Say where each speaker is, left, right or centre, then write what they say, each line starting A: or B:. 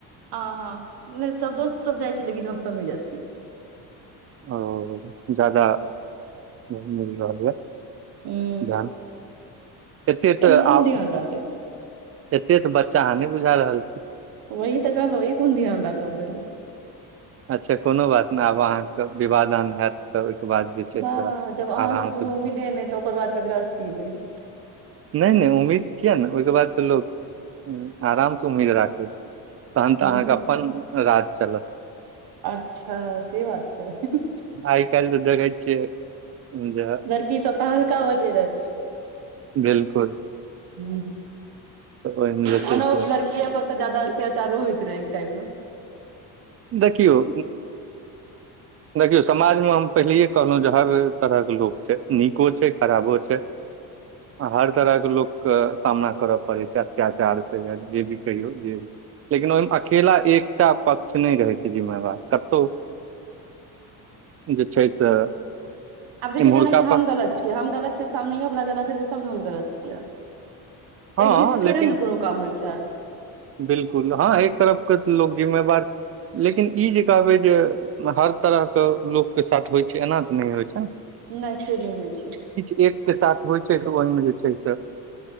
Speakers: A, on the right; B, on the right.
A: अ हँ, नहि सब दोस्त सब जाइ छै, लेकिन हमसब नहि जाय सकै छी।
B: ओ जादा नहीं मिल रहल यऽ
A: हूँ
B: ध्यान, एतेत आ
A: एहन कोन ध्यान राखैत
B: एते तऽ बच्चा अहाँ नहि बुझा रहल छी।
A: वही तऽ कहलहु इ कोन ध्यान राखब भेलइ
B: अच्छा कोनो बात नहि आब अहाँके विवाह दान हैत तऽ ओहिके बाद जे छै
A: वाह
B: से
A: जब अहाँ
B: आराम
A: से कोनो
B: नहि
A: उम्मीदे नय तऽ ओकर बाद केकरासँ की उम्मीद।
B: नहि नहि उम्मीद किए ने ओहिके बाद तऽ लोक आराम से उम्मीद राखै छैय। तहन तऽ
A: हूँ
B: अहाँके अपन राज चलत।
A: अच्छा से बात छैय।
B: आइ काल्हि तऽ देखै छियै जे
A: लड़की <unintelligible>
B: बिलकुल
A: <unintelligible>
B: तऽ ओहिमे
A: ज
B: जे छै से
A: जादा अत्यचारो होइत रहै एक टाइम मे।
B: देखियौ देखियौ समाजमे हम पहिले कहलहुं जे हर तरहके लोक छैय। नीको छैय खराबो छैय। हर तरहके लोकके सामना करऽ पड़ै छैय अत्याचार से या जे भी कहियौ जे लेकिन ओहिमे अकेला एकटा पक्ष से नहि रहै छैय जिम्मेवार कतहु जे छैय से
A: आब देखियौ
B: इम्हुरका
A: जेना कि हम
B: पक्ष
A: गलत छियै हम गलत सामनेयो वला गलत हेतै तब ने हम गलत छियै।
B: हँ
A: एक दिससँ
B: लेकिन
A: थोड़े ने कोनो काम होइ छैय।
B: बिलकुल हँ एक तरफके लोक जिम्मेवार लेकिन ई जे कहबै जे हर तरहके लोकके साथ होइ छैय एना तऽ नहि होइ छैय।
A: नहि से नहि होइ छैय।
B: किछु एकके साथ होइ छैय त ओहिमे जे छैय से